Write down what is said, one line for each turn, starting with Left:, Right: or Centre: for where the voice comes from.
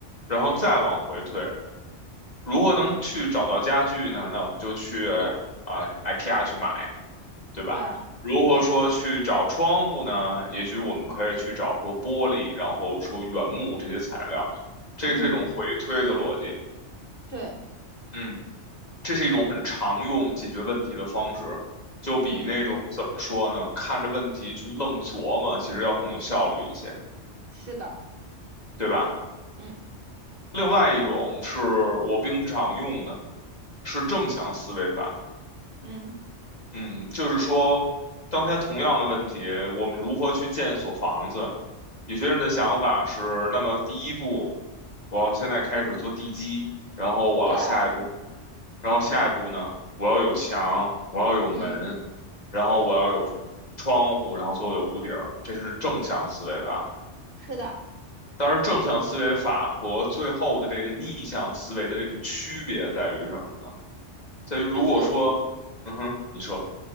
Left: 然后再往回推，如何能去找到家具呢？那我们就去啊、IKEA 去买，对吧？
Right: 对啊，
Left: 如何说去找窗户呢？
Right: 对，
Left: 也许我们可以去找说玻璃，然后说原木这些材料，这个是一种回推的逻辑。
Right: 嗯对，
Left: 嗯。这是一种很常用解决问题的方式，就比那种怎么说呢，
Right: 嗯，
Left: 看着问题去愣琢磨，其实要更有效率一些，
Right: 是的。
Left: 对吧？
Right: 嗯
Left: 另外一种是我并不常用的，是正向思维法。
Right: 嗯，
Left: 嗯，就是说，刚才同样的问题，我们如何去建一所房子？有些人的想法是，那么第一步，我要现在开始做地基，然后我要下一步
Right: 对啊，
Left: 然后下一步呢，我要有墙，我要有门，
Right: 嗯，
Left: 然后我要有窗户，然后最后有屋顶儿，这是正向思维法。
Right: 是的，
Left: 但是正向思维法和最后的这个逆向思维的这种区别在于什么呢？在于如果说，
Right: 就是
Left: 嗯哼，你说